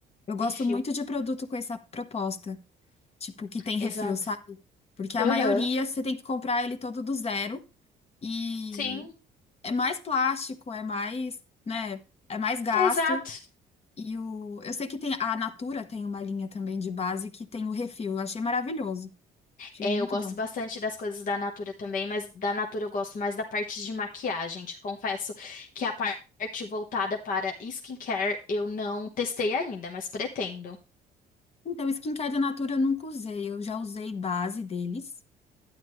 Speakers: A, on the left; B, on the left.
A: Eu gosto
B: Refil,
A: muito de produto com essa proposta, tipo, que tem
B: exato.
A: refil, sabe? Porque a
B: Aham,
A: maioria você tem que comprar ele todo do zero. E
B: Sim,
A: é mais plástico, é mais, né, é mais gasto.
B: exato.
A: E o, eu sei que tem a Natura tem uma linha também de base que tem o refil. Eu achei maravilhoso. Achei
B: É,
A: muito
B: eu gosto
A: bom.
B: bastante das coisas da Natura também, mas da Natura eu gosto mais da parte de maquiagem. Te confesso que a parte voltada para skincare eu não testei ainda, mas pretendo.
A: Então, o skincare da Natura eu nunca usei. Eu já usei base deles,